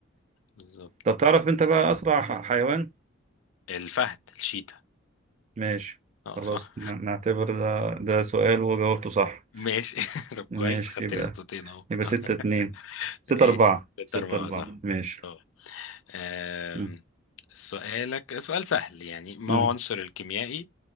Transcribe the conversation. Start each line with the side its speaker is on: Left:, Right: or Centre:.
Left: بالظبط
Right: طب تعرف انت بقى اسرع ح- حيوان
Left: الفهد الشيتا
Right: ماشي
Left: اه
Right: خلاص
Left: صح
Right: ن- نعتبر ده ده سؤال وجاوبته صح
Left: ماشي <laughs> طب
Right: ماشي
Left: كويس خدت
Right: يبقى
Left: لي نقطتين اهو
Right: يبقى
Left: <laughs>
Right: ستة اتنين ستة
Left: ماشي
Right: أربعة
Left: ست
Right: ستة
Left: أربعة
Right: أربعة
Left: صح
Right: ماشي
Left: اه آم،
Right: مم.
Left: سؤالك سؤال سهل يعني ما
Right: مم.
Left: هو عنصر الكيميائي